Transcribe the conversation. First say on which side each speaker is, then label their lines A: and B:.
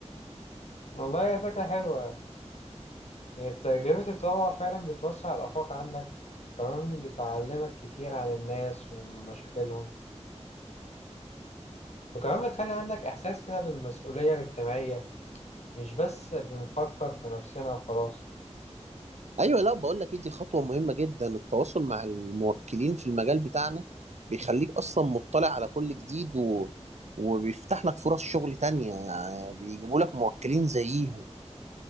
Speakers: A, on the left (about 65°); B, on the right (about 70°).
A: والله فكرة حلوة هي تجربة التطوع فعلا بتوسع الآفاق عندك وكمان بتعلمك كتير عن الناس ومشاكلهم وكمان بتخلي عندك إحساس كده بالمسؤولية الاجتماعية مش بس بنفكر في نفسنا وخلاص
B: ايوه لا بقول لك إيه، دي خطوة مهمة جدا التواصل مع الموكلين في المجال بتاعنا بيخليك اصلا مطلع على كل جديد و... وبيفتح لك فرص شغل تانية يعني بيجيبوا لك موكلين زيهم